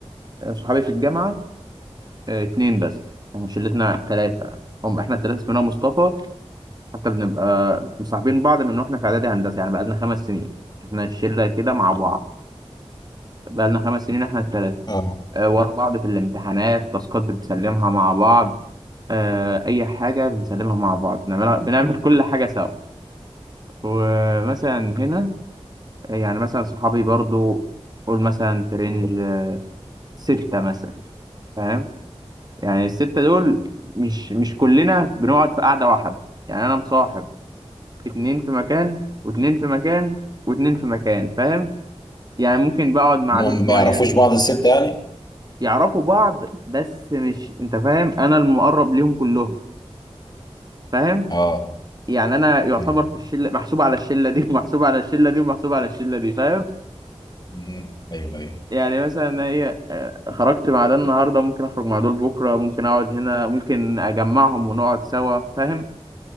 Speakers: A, on the right; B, on the left.
A: آه، صحابي في الجامعة آه، اتنين بس احنا شلتنا تلاتة هم احنا التلاتة اسمنا مصطفى حتى بنبقى مصاحبين بعض من واحنا في إعدادي هندسة يعني بقالنا خمس سنين احنا الشلة كده مع بعض بقالنا خمس سنين احنا التلاتة
B: اه
A: آه، ورا بعض في الامتحانات تاسكات بنسلمها مع بعض آه، أي حاجة بنسلمها مع بعض بنعملها بنعمل كل حاجة سوا ومثلا هنا يعني مثلا صحابي برضو قول مثلا في رينج آه، ستة مثلا فاهم يعني الستة دول مش مش كلنا بنقعد في قعدة واحدة يعني أنا مصاحب اتنين في مكان واتنين في مكان واتنين في مكان فاهم يعني ممكن بقعد مع
B: هم
A: دول شوية
B: ما يعرفوش بعض الستة يعني
A: يعرفوا بعض بس مش أنت فاهم أنا المقرب ليهم كلهم فاهم
B: اه
A: يعني أنا يعتبر
B: امم
A: في الشلة محسوب على الشلة دي <laughs> ومحسوب على الشلة دي ومحسوب على الشلة دي فاهم
B: امم ايوه ايوه
A: يعني مثلا أنا ايه آه، خرجت مع ده النهارده ممكن اخرج مع دول بكره ممكن اقعد هنا ممكن اجمعهم ونقعد سوا فاهم